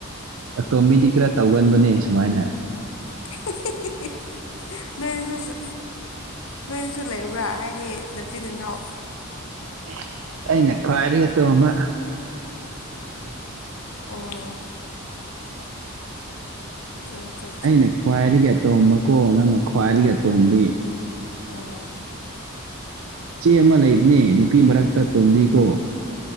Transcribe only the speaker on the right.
ꯑꯇꯣꯝꯕꯤꯗꯤ ꯈꯔ ꯇꯧꯒꯟꯕꯅꯦ ꯁꯨꯃꯥꯏꯅ
<unintelligible> ꯑꯩꯅ ꯈ꯭ꯋꯥꯏꯗꯒꯤ ꯑꯇꯣꯝꯕ
ꯑꯩꯅ
ꯈ꯭ꯋꯥꯏꯗꯒꯤ ꯑꯇꯣꯝꯕꯀꯣ ꯅꯪꯅ ꯈ꯭ꯋꯥꯏꯗꯒꯤ ꯑꯇꯣꯝꯕꯤ
ꯏꯆꯦ ꯑꯃ ꯂꯩꯕꯅꯦ ꯅꯨꯄꯤ ꯃꯔꯛꯇ ꯇꯨꯝꯕꯤꯀꯣ